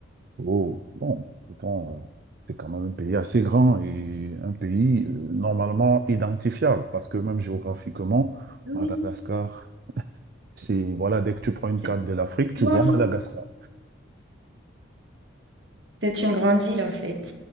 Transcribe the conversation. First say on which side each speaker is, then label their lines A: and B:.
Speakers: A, on the right (about 50°); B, on the right (about 65°).
A: Oh, bon, pourtant, euh, c'est quand même un pays assez grand et un pays euh, normalement identifiable parce que même géographiquement,
B: Oui.
A: Madagascar, c'est, voilà, dès que tu prends une
B: C'est
A: carte de l'Afrique, tu
B: immense.
A: vois Madagascar.
B: C'est une grande île, en fait.